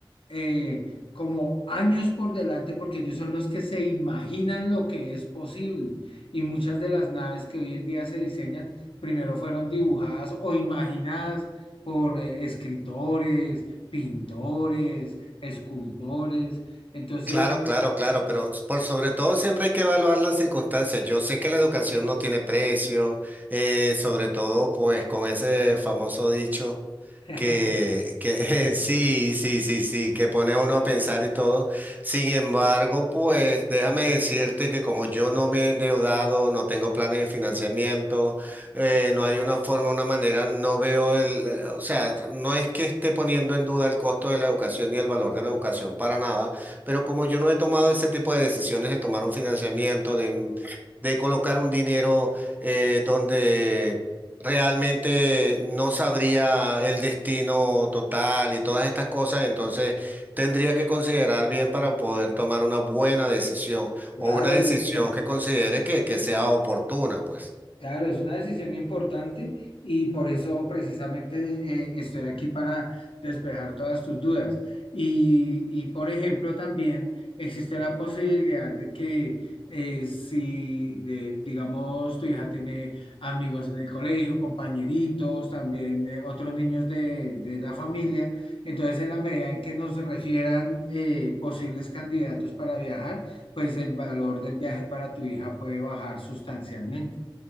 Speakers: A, on the left; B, on the right.
A: eh, como años por delante porque ellos son los que se imaginan lo que es posible. Y muchas de las naves que hoy en día se diseñan primero fueron dibujadas o imaginadas por eh, escritores, pintores, escultores. Entonces,
B: Claro, claro, claro, pero s- por sobre todo siempre hay que evaluar las circunstancias. Yo sé que la educación no tiene precio, eh, sobre todo pues con ese famoso dicho.
A: <laughs>
B: que, que <laughs> sí, sí, sí, sí, que pone a uno a pensar y todo. Sin embargo, pues déjame decirte que como yo no me he endeudado, no tengo planes de financiamiento, eh, no hay una forma, una manera, no veo el, eh, o sea, no es que esté poniendo en duda el costo de la educación y el valor de la educación para nada, pero como yo no he tomado ese tipo de decisiones de tomar un financiamiento, de, de colocar un dinero eh, donde Realmente no sabría el destino total y todas estas cosas, entonces tendría que considerar bien para poder tomar una buena decisión
A: claro,
B: o una decisión
A: bueno,
B: que considere que, que sea oportuna, pues.
A: Claro, es una decisión importante y por eso precisamente eh, estoy aquí para despejar todas tus dudas. Y, y, por ejemplo, también existe la posibilidad de que eh, si, eh, digamos, tu hija tiene amigos en el colegio, compañeritos, también eh, otros niños de, de la familia, entonces en la medida en que nos refieran eh, posibles candidatos para viajar, pues el valor del viaje para tu hija puede bajar sustancialmente.